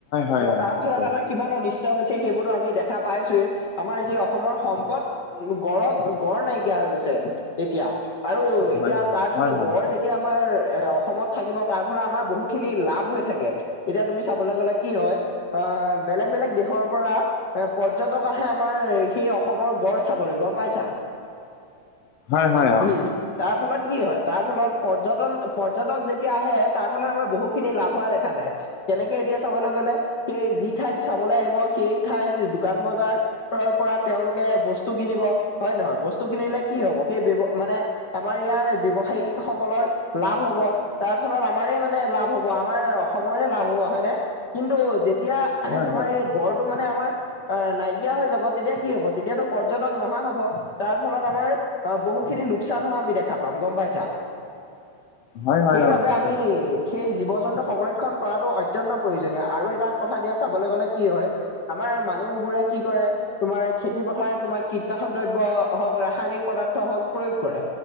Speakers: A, on the left; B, on the left.
A: হয়
B: এ
A: অ
B: তাৰ
A: তাকে
B: ফলত আমাৰ কিমানৰ নিচ হৈছে সেইবোৰো আমি দেখা পাইছোৱে, আমাৰ যি অসমৰ সম্পদ উ গঁড়ক গড় নাইকিয়া হৈ গৈছে, এতিয়া আৰু এতিয়া
A: হয়
B: তাৰ
A: হয়
B: ফলত
A: হয়
B: গড় যেত আমাৰ এ অসমত থাকিব তাৰ ফলে আমাৰ বহু খিনি লাভ হৈ থাকে। এতিয়া তুমি চাবলৈ গ'লে কি হয়! আঁ বেলেগ বেলেগ দেশ ৰ পৰা, এ পৰ্যটক আহে আমাৰ সেই অসমৰ গড় চাবলৈ গম পাইছা?
A: হয় হয় হয় অ
B: উহু। তাৰ ফলত কি হয়, তাৰ ফলত পৰ্যটন পৰ্যটক যেতিয়া আহে তাৰ ফালে আমাৰ বহুতখিনি লাভ হোৱা দেখা যায়। কেনেকে এতিয়া চাবলৈ গলে' সেই যি ঠাইত চাবলৈ আহিব সেই ঠাই দোকান-বজাৰ, পৰা তেওঁলোকে বস্তু কিনিব, হয় নহয়? বস্তু কিনিলে কি হ'ব সেই মানে আমাৰ ইয়াৰ ব্যৱসায়ীক সকলৰ লাভ হ'ব। তাৰ ফলত আমাৰ মানে লাভ হ'ব, আমাৰ অসমৰে লাভ হ'ব হয়নে? কিন্তু যেতিয়া
A: হয়
B: তোমাৰ এই গড়টো মানে আমাৰ আহ নাইকিয়া হৈ যাব, তেতিয়া কি হব! তেতিয়াতো পৰ্যটক নহা হব, তাৰ ফলত আমাৰ অ বহু খিনি লোকচানো হোৱা আমি দেখা পাম গম পাইছা?
A: হয় হয় হয়
B: সেইবাবে
A: অ তাকে
B: আমি সেই জীৱ-জন্তু সংৰক্ষণ কৰাটো অত্যন্ত প্ৰয়োজনীয় আৰু এটা কথা দিয়া চাবলৈ গ'লে কি হয়, আমাৰ মানুহ বোৰে কি কৰে তোমাৰ খেতি পথাৰত তোমাৰ কীটনাশক দ্ৰব্য হওক, ৰাসায়নিক পদাৰ্থ হওক প্ৰয়োগ কৰে।